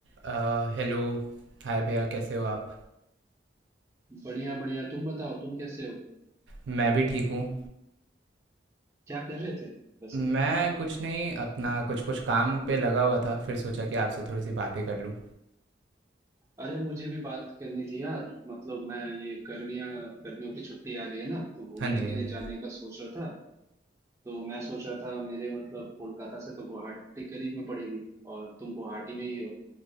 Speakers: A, on the right (about 80°); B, on the right (about 15°).
A: अ, हेलो हाय भैया कैसे हो आप
B: बढ़िया बढ़िया तुम बताओ तुम कैसे हो
A: मैं भी ठीक हूँ
B: क्या कर रहे थे वैसे
A: मैं कुछ नहीं अपना कुछ कुछ काम पे लगा हुआ था फिर सोचा कि आपसे थोड़ी सी बातें कर लूँ
B: अरे मुझे भी बात करनी थी यार मतलब मैं ये गर्मियां गर्मियों की छुट्टी आ रही है ना तो घूमने
A: हाँ जी
B: के
A: हाँ
B: लिए
A: जी
B: जाने का सोच रहा था तो मैं सोच रहा था मेरे मतलब कोलकाता से तो गुवाहाटी करीब में पड़ेगी और तुम गुवाहाटी में ही हो